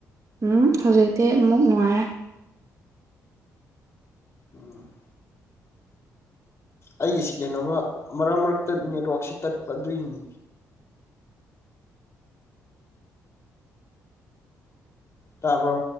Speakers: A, on the right; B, on the left.
A: ꯎꯝ ꯍꯧꯖꯤꯛꯇꯤ ꯑꯃꯨꯛ ꯅꯨꯡꯉꯥꯏꯔꯦ
B: ꯎꯝ ꯑꯩꯒꯤꯁꯤ ꯀꯩꯅꯣꯃ ꯃꯔꯛ ꯃꯔꯛꯇ ꯅꯦꯠꯋꯥꯛꯁꯤ ꯇꯠꯄ ꯑꯗꯨꯏꯅꯤ ꯇꯥꯄ